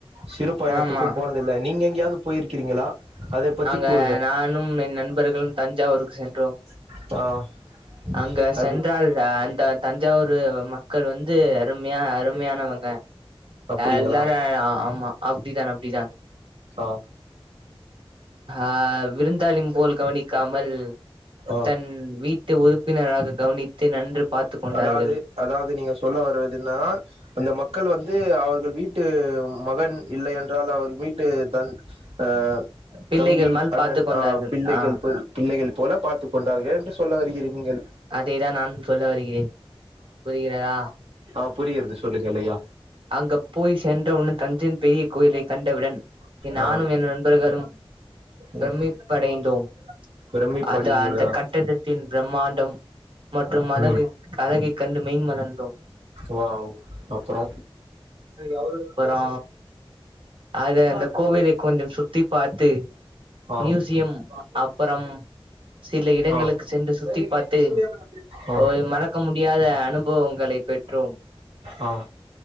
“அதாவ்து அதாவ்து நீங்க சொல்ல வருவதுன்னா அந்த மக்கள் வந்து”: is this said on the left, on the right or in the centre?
Right